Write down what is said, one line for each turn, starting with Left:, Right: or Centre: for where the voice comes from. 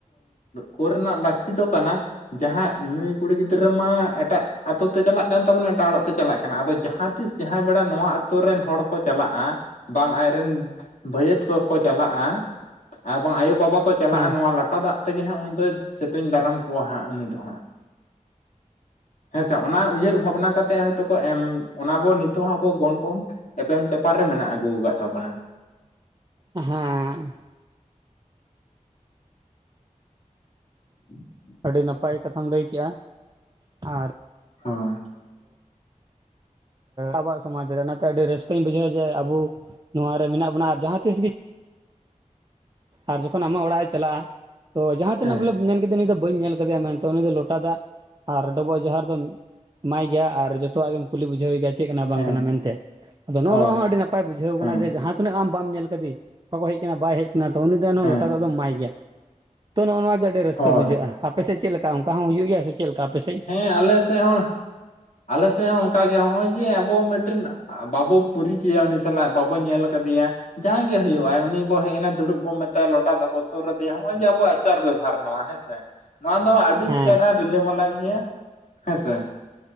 Left: ᱠᱚ ᱨᱮᱱᱟᱜ ᱞᱟᱹᱠᱛᱤ ᱫᱚ ᱠᱟᱱᱟ ᱡᱟᱦᱟᱸ ᱱᱩᱭ ᱠᱩᱲᱤ ᱜᱤᱫᱽᱨᱟᱹ ᱢᱟ ᱮᱴᱟᱜ ᱟᱛᱳ ᱛᱮ ᱪᱟᱞᱟᱜ ᱠᱟᱱ ᱛᱟᱵᱚᱱᱟ ᱮᱴᱟᱜ ᱚᱲᱟᱜ ᱛᱮ ᱪᱟᱞᱟᱜ ᱠᱟᱱᱟ ᱟᱫᱚ ᱡᱟᱦᱟᱸ ᱛᱤᱥ ᱡᱟᱦᱟᱸ ᱵᱮᱲᱟ ᱱᱚᱣᱟ ᱟᱛᱳ ᱨᱮᱱ ᱦᱚᱲ ᱠᱚ ᱪᱟᱞᱟᱜᱼᱟ ᱵᱟᱝ ᱟᱡ ᱨᱮᱱᱼᱼ ᱵᱷᱟᱹᱭᱟᱹᱛ ᱠᱚᱠᱚ ᱪᱟᱞᱟᱜᱼᱟ ᱟᱨ ᱵᱟᱝ ᱟᱭᱳ ᱵᱟᱵᱟ ᱠᱚ ᱪᱟᱞᱟᱜᱼᱟ
Right: ᱦᱮᱸ
Left: ᱱᱚᱣᱟᱼᱼ ᱞᱚᱴᱟ ᱫᱟᱜ ᱛᱮᱜᱮ ᱦᱟᱸᱜ ᱩᱱ ᱫᱚᱭ ᱥᱮᱯᱮᱧ ᱫᱟᱨᱟᱢ ᱠᱚᱣᱟ ᱦᱟᱸᱜ ᱩᱱᱤ ᱫᱚ ᱦᱟᱸᱜ ᱦᱮᱸᱥᱮ ᱚᱱᱟ ᱩᱭᱦᱟᱹᱨ ᱵᱷᱟᱵᱽᱱᱟ ᱠᱟᱛᱮᱫ ᱦᱚᱭᱛᱳ ᱠᱚ ᱮᱢ ᱚᱱᱟ ᱵᱚ ᱱᱤᱛᱚᱜ ᱦᱚᱸ ᱟᱵᱚ ᱜᱚᱱᱯᱚᱱ ᱮᱯᱮᱢ ᱪᱟᱯᱟᱞ ᱨᱮ ᱢᱮᱱᱟᱜ ᱟᱹᱜᱩ ᱟᱠᱟᱫ ᱛᱟᱵᱚᱱᱟ
Right: ᱦᱮᱸᱻ
Left: <inaudible>
Right: ᱟᱹᱰᱤ ᱱᱟᱯᱟᱭ ᱠᱟᱛᱷᱟᱢ ᱞᱟᱹᱭ ᱠᱮᱫᱼᱟ ᱟᱨ
Left: ᱦᱚᱸ
Right: ᱟᱵᱚᱣᱟᱜ ᱥᱚᱢᱟᱡᱽ ᱨᱮ ᱚᱱᱟ ᱛᱮ ᱟᱹᱰᱤ ᱨᱟᱹᱥᱠᱟᱹᱧ ᱵᱩᱡᱷᱟᱹᱣᱟ ᱡᱮ ᱟᱵᱚ ᱱᱚᱣᱟ ᱨᱮ ᱢᱮᱱᱟᱜ ᱵᱚᱱᱟ ᱟᱨ ᱡᱟᱦᱟᱸ ᱛᱤᱥ ᱜᱮᱼᱼ ᱟᱨ ᱡᱚᱠᱷᱚᱱ ᱟᱢᱟᱜ ᱚᱲᱟᱜ ᱮ ᱪᱟᱞᱟᱜᱼᱟ ᱛᱚ ᱡᱟᱦᱟᱸ ᱛᱤᱱᱟᱹᱜ
Left: ᱦᱮᱸ
Right: ᱵᱚᱞᱮ ᱢᱮᱱ ᱠᱮᱫᱮᱭᱟ ᱱᱩᱭ ᱫᱚ ᱵᱟᱹᱧ ᱧᱮᱞ ᱠᱟᱫᱮᱭᱟ ᱢᱮᱱ ᱛᱮ ᱩᱱᱤ ᱫᱚ ᱞᱚᱴᱟ ᱫᱟᱜ ᱟᱨ ᱰᱚᱵᱚᱜ ᱡᱚᱦᱟᱨ ᱫᱚ ᱮᱢᱟᱭ ᱜᱮᱭᱟ ᱟᱨ ᱡᱚᱛᱚᱣᱟᱜ ᱜᱮᱢ ᱠᱩᱞᱤ ᱵᱩᱡᱷᱟᱹᱣ ᱜᱮᱭᱟ ᱪᱮᱫ ᱠᱟᱱᱟ ᱵᱟᱝ
Left: ᱦᱮᱸ
Right: ᱠᱟᱱᱟ ᱢᱮᱱ ᱛᱮ ᱟᱫᱚ ᱱᱚᱜᱼᱚ
Left: ᱦᱳᱭ
Right: ᱱᱚᱣᱟ ᱦᱚᱸ ᱟᱹᱰᱤ ᱱᱟᱯᱟᱭ ᱵᱩᱡᱷᱟᱹᱣ
Left: ᱦᱮᱸ
Right: ᱠᱟᱱᱟ ᱡᱮ ᱡᱟᱸᱦᱟ <unintelligible> ᱟᱢ ᱵᱟᱢ ᱧᱮᱞ ᱠᱟᱫᱮ ᱚᱠᱚᱭ ᱠᱚ ᱦᱮᱡ ᱟᱠᱟᱱᱟ ᱵᱟᱭ ᱦᱮᱡ ᱠᱟᱱᱟ ᱛᱚ ᱩᱱᱤ ᱫᱚ ᱮᱱᱦᱚᱸ
Left: ᱦᱮᱸ
Right: ᱞᱚᱴᱟ ᱫᱟᱜ ᱫᱚᱢ ᱮᱢᱟᱭ ᱜᱮᱭᱟ ᱛᱚ ᱱᱚᱜᱼᱚ ᱱᱚᱣᱟ ᱜᱮ ᱟᱹᱰᱤ ᱨᱟᱹᱥᱠᱟᱹ
Left: ᱦᱳᱭ
Right: ᱵᱩᱡᱷᱟᱹᱜᱼᱟ ᱟᱯᱮ ᱥᱮᱫ ᱪᱮᱫ ᱞᱮᱠᱟ ᱚᱱᱠᱟ ᱦᱚᱸ ᱦᱩᱭᱩᱜ ᱜᱮᱭᱟ ᱥᱮ ᱪᱮᱫ ᱞᱮᱠᱟ ᱟᱯᱮ ᱥᱮᱫ
Left: ᱦᱮᱸ ᱟᱞᱮ ᱥᱮᱫ ᱦᱚᱸᱼᱼ ᱟᱞᱮ ᱥᱮᱫ ᱦᱚᱸ ᱚᱱᱠᱟᱜ ᱜᱮ ᱱᱚᱜᱼᱚᱭ ᱡᱮ ᱟᱵᱚ ᱢᱤᱫᱴᱮᱱ ᱵᱟᱵᱚ ᱯᱚᱨᱤᱪᱚᱭᱟ ᱩᱱᱤ ᱥᱟᱞᱟᱜ ᱵᱟᱵᱚ ᱧᱮᱞ ᱟᱠᱟᱫᱮᱭᱟ ᱡᱟᱦᱟᱸᱭ ᱜᱮ ᱦᱩᱭᱩᱜᱼᱟ ᱩᱱᱤ ᱵᱚ ᱦᱮᱡ ᱮᱱᱟ ᱫᱩᱲᱩᱵ ᱵᱚ ᱢᱮᱛᱟᱭᱟ ᱞᱚᱴᱟ ᱫᱟᱜ ᱵᱚ ᱥᱩᱨ ᱟᱫᱮᱭᱟ ᱱᱚᱜ ᱚᱭ ᱡᱮ ᱟᱵᱚᱣᱟᱜ ᱟᱪᱟᱨ ᱵᱮᱵᱟᱨ ᱱᱚᱣᱟ ᱦᱮᱸᱥᱮ ᱱᱚᱣᱟ ᱫᱚ ᱟᱹᱰᱤ
Right: ᱦᱮᱸ
Left: ᱪᱮᱨᱦᱟ ᱨᱤᱞᱟᱹ ᱢᱟᱞᱟ ᱜᱮᱼᱼ ᱱᱤᱭᱟ ᱦᱮᱸᱥᱮ